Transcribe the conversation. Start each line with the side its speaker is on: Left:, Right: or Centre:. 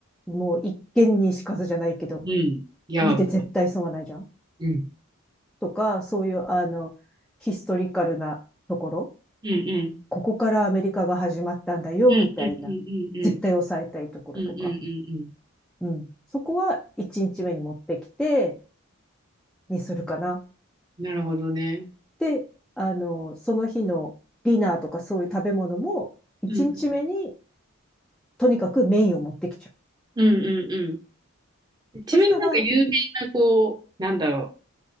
Centre: もう一見にしかずじゃないけど、
Right: うんうん。うん。いや、
Centre: 見て絶対損はないじゃん
Right: もう。うん。
Centre: とか、そういうあの、ヒストリカルなところ、
Right: うんうん。
Centre: ここからアメリカが始まったんだよみたいな、
Right: うんうんうんうんうん。
Centre: 絶対抑えたいところとか、
Right: うんうんうんうん。
Centre: うん、そこは1日目に持ってきてにするかな。
Right: なるほどね。
Centre: で、あの、その日のディナーとかそういう食べ物も1日目に
Right: うん
Centre: とにかくメインを持ってきちゃう。
Right: うんうんうんうんちなみになんか有名な、
Centre: そしたら、
Right: こう、なんだろう、